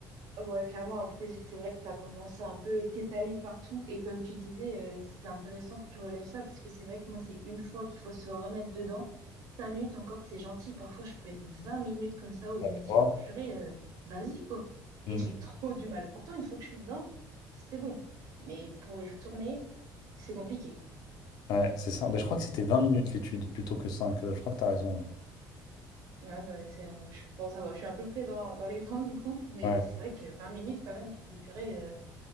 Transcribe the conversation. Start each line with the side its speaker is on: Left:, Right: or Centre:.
Right: Ouais, clairement, après, j'ai- c'est vrai que tu as tendance à un peu t'étaler partout. Et comme tu disais, euh, c'est intéressant que tu relèves ça parce que c'est vrai que moi, c'est une fois qu'il faut se remettre dedans. Cinq minutes encore, c'est gentil. Parfois, je peux être 20 minutes comme ça où
Left: Ouais,
Right: je me
Left: tu
Right: dis,
Left: vois?
Right: purée, euh, vas-y, quoi.
Left: Mm.
Right: Et j'ai <laughs> trop du mal. Pourtant, une fois que je suis dedans, c'est bon. Mais pour y retourner, c'est compliqué.
Left: Ouais, c'est ça. Ben, je crois que c'était 20 minutes l'étude plutôt que cinq euh, Je crois que tu as raison. Ouais.
Right: Ouais, bah, c'est un... je- Bon, ça va, je suis à peu près dans, dans les temps, du coup. Mais
Left: Ouais.
Right: c'est vrai que 20 minutes, quand même, tu te dis, purée, euh,